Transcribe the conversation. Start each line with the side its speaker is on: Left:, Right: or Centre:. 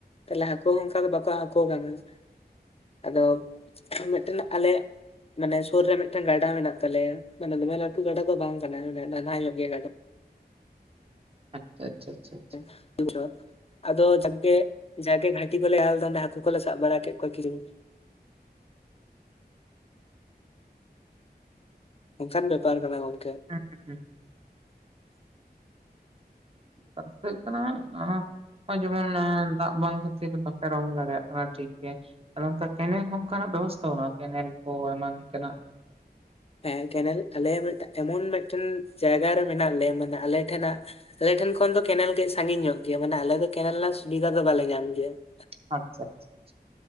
Left: ᱛᱟᱦᱚᱞᱮ ᱦᱟᱹᱠᱩ ᱦᱚᱸ ᱚᱱᱠᱟ ᱫᱚ ᱵᱟᱠᱚ ᱦᱟᱹᱠᱩ ᱟᱠᱟᱱᱟ ᱾ ᱟᱫᱚ ᱢᱤᱫᱴᱮᱱ ᱟᱞᱮᱭᱟᱜ ᱢᱟᱱᱮ ᱥᱩᱨ ᱨᱮ ᱢᱤᱫᱴᱟᱝ ᱜᱟᱰᱟ ᱢᱮᱱᱟᱜ ᱛᱟᱞᱮᱭᱟ, ᱢᱟᱱᱮ ᱫᱚᱢᱮ ᱞᱟᱹᱴᱩ ᱜᱟᱰᱟ ᱫᱚ ᱵᱟᱝ ᱠᱟᱱᱟ ᱢᱟᱱᱮ ᱱᱟᱞᱦᱟ ᱧᱚᱜ ᱜᱮ ᱜᱟᱰᱟ ᱾
Right: ᱟᱪᱪᱷᱟ ᱟᱪᱪᱷᱟ ᱟᱪᱪᱷᱟ ᱾
Left: ᱮ <inaudible> ᱟᱫᱚ ᱡᱟᱠᱜᱮ ᱡᱟᱜᱮ ᱜᱷᱟᱴᱤ ᱠᱚᱞᱮ ᱟᱲᱟ ᱞᱮᱫᱟ ᱟᱫᱚ ᱦᱟᱹᱠᱩ ᱠᱚᱞᱮ ᱥᱟᱵ ᱵᱟᱲᱟ ᱠᱮᱫ ᱠᱚᱣᱟ ᱠᱤᱨᱩ ᱮᱠᱷᱟᱱ ᱵᱮᱯᱟᱨ ᱠᱟᱱᱟ ᱜᱚᱝ
Right: ᱦᱮᱸ ᱦᱩᱸ ᱦᱮᱸ
Left: <inaudible>
Right: <unintelligible> ᱟᱯᱮ ᱡᱮᱢᱚᱱ ᱫᱟᱜ ᱵᱟᱝ ᱠᱷᱟᱹᱛᱤᱨ ᱵᱟᱯᱮ ᱨᱚᱦᱚᱭ ᱫᱟᱲᱮᱭᱟᱜ ᱠᱟᱱᱟ ᱴᱷᱤᱠ ᱜᱮ᱾ ᱟᱫᱚ ᱚᱱᱠᱟ ᱠᱮᱱᱮᱞ ᱦᱚᱸ ᱚᱱᱠᱟᱱᱟᱜ ᱵᱮᱵᱚᱥᱛᱷᱟ ᱵᱟᱹᱱᱩᱜᱼᱟ ᱠᱮᱱᱮᱞ ᱠᱚ ᱮᱢᱟᱱ ᱛᱮᱱᱟᱜ ᱾
Left: ᱦᱮᱸ, ᱠᱮᱱᱮᱞ ᱟᱞᱮ ᱢᱤᱫᱟᱝ ᱮᱢᱚᱱ ᱢᱤᱫᱴᱮᱱ ᱡᱟᱭᱜᱟ ᱨᱮ ᱢᱮᱱᱟᱜ ᱞᱮᱭᱟ, ᱢᱟᱱᱮ ᱟᱞᱮ ᱴᱷᱮᱱᱟᱜ ᱟᱞᱮ ᱴᱷᱮᱱ ᱠᱷᱚᱱ ᱫᱚ ᱠᱮᱱᱮᱞ ᱠᱟᱹᱡ ᱥᱟᱺᱜᱤᱧ ᱧᱚᱜ ᱜᱮᱭᱟ, ᱢᱟᱱᱮ ᱟᱞᱮ ᱫᱚ ᱠᱮᱱᱮᱞ ᱨᱮᱱᱟᱜ ᱥᱩᱵᱤᱫᱷᱟ ᱫᱚ ᱵᱟᱞᱮ ᱧᱟᱢ ᱜᱮᱭᱟ ᱾
Right: ᱟᱪᱪᱷᱟ ᱟᱪᱪᱷᱟ ᱾